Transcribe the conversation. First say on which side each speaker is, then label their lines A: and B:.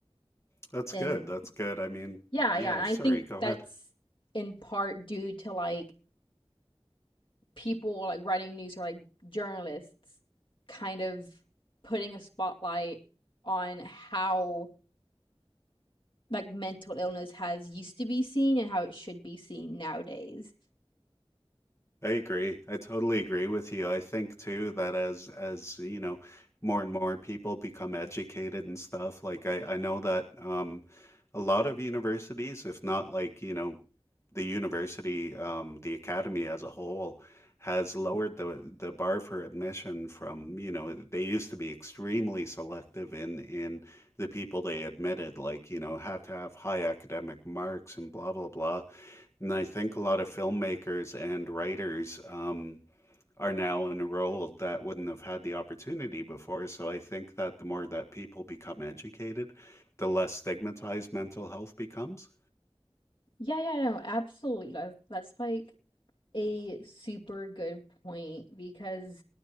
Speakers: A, on the left; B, on the left.
A: That's
B: And
A: good. That's good. I mean,
B: yeah,
A: yeah,
B: yeah, and
A: sorry,
B: I think
A: go
B: that's
A: ahead.
B: in part due to like people like writing news or like journalists kind of putting a spotlight on how like mental illness has used to be seen and how it should be seen nowadays.
A: I agree. I totally agree with you. I think too that as as you know, more and more people become educated and stuff, like I I know that um a lot of universities, if not like, you know, the university um the academy as a whole has lowered the the bar for admission from, you know, they used to be extremely selective in in the people they admitted, like, you know, had to have high academic marks and blah blah blah. And I think a lot of filmmakers and writers um, are now enrolled that wouldn't have had the opportunity before. So I think that the more that people become educated, the less stigmatized mental health becomes.
B: Yeah, yeah, no, absolutely. That's that's like a super good point because